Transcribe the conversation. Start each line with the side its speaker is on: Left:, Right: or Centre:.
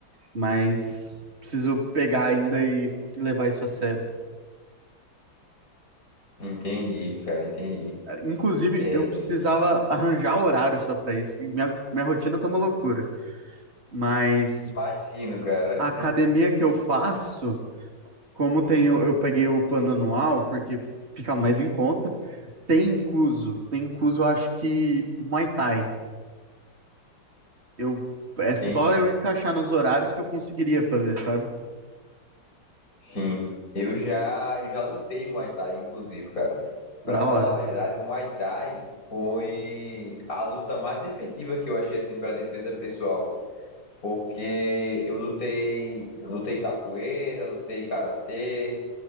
Right: Mas preciso pegar ainda e levar isso a sério.
Left: Entendi, cara, entendi.
Right: Ah, Inclusive,
Left: É,
Right: eu precisava arranjar horário só pra isso. e Minha, minha rotina tá uma loucura. Mas
Left: imagino, cara.
Right: a academia que eu faço, como tem, eu, eu peguei o plano anual, porque fica mais em conta, tem incluso, tem incluso, eu acho que Muay Thai. Eu é só
Left: Tem,
Right: eu encaixar nos horários que eu conseguiria fazer, sabe?
Left: sim. Eu já já lutei Muay Thai, inclusive, cara.
Right: Da
Left: Pra falar
Right: hora.
Left: a verdade, Muay Thai foi a luta mais efetiva que eu achei assim para defesa pessoal. porque eu lutei, lutei capoeira, lutei karatê,